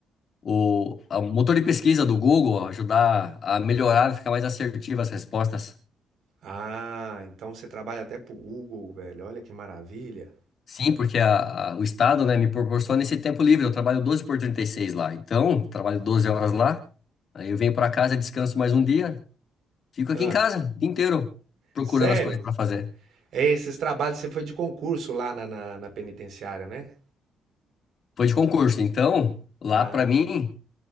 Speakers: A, on the left; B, on the right.
A: o, a- o motor de pesquisa do Google ajudar a melhorar, ficar mais assertivo as respostas.
B: Ah, então você trabalha até pro Google, velho. Olha que maravilha.
A: Sim, porque a- a- o Estado, né, me proporciona esse tempo livre. Eu trabalho 12 por 36 lá. Então, trabalho 12 horas lá. Aí eu venho para casa, descanso mais um dia. Fico aqui
B: Ah,
A: em casa o dia inteiro procurando
B: sério?
A: as coisas para fazer.
B: É, esses trabalhos sempre foi de concurso lá na, na, na penitenciária, né?
A: Foi de concurso. Então, lá
B: Ah,
A: para mim,